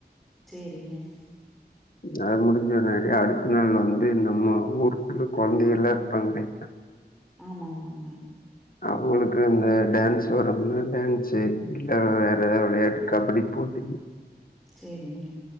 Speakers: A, in the centre; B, on the left.
A: செரிங்க
B: அது முடிஞ்சவுனை அடுத்த நாள் வந்து நம்ம ஊருக்குள்ள கொழந்தைகள்லா இருப்பாங்களிங்லா
A: ஆமாமாங்க
B: அவுங்களுக்கு அந்த டான்ஸ் வர்றவுங்க டான்ஸு இல்ல வேற எதாது விளையாட்டு கபடி போட்டி
A: செரிங்க